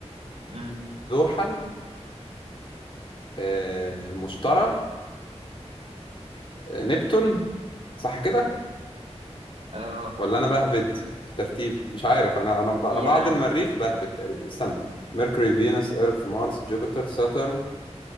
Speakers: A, on the right; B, on the left.
A: امم
B: زحل آه... المشتري نبتون صح كده
A: اه
B: ولا انا بهبد في الترتيب مش عارف انا انا ب-
A: يعني
B: انا بعد المريخ بهبد تقريبا استنى
A: <laughs>
B: ميركوري فينوس ايرث مارس جوبيتر ساترن